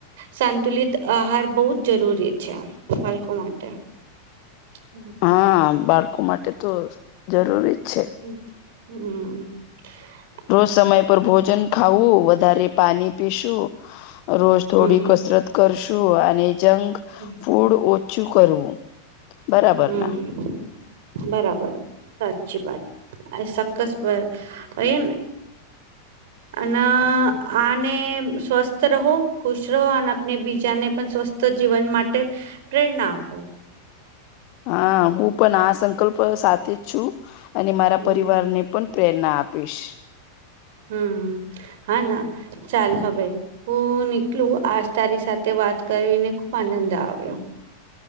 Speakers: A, on the right; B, on the left.
A: સાંતુલિત આહાર બહુ જ જરૂરી છે બાળકો માટે હમ
B: હા બાળકો માટે તો
A: હ
B: જરૂરી જ છે.
A: હમ હમ
B: રોજ સમય પર ભોજન ખાવું વધારે પાણી પીશું. રોજ થોડી
A: હમ
B: કસરત કરશું અને જંગ
A: હમ.
B: ફૂડ ઓછું કરવું. બરાબર
A: હમ
B: ના
A: બરાબર સાચચી વાત. અ સક્કસ વ એન અને આને સ્વસ્થ રહો ખુશ રહો અને આપને બીજાને પણ સ્વસ્થ તો જીવન માટે પ્રેરણા આપો.
B: હા હું પણ આ સંકલ્પ સાથે જ છું અને મારા
A: હમ
B: પરિવારને પણ પ્રેરણા આપીશ.
A: હમ હા ના ચાલ હવે હું નીકલું આજ તારી સાથે વાત કરીને ખુબ આનંદ આવ્યો.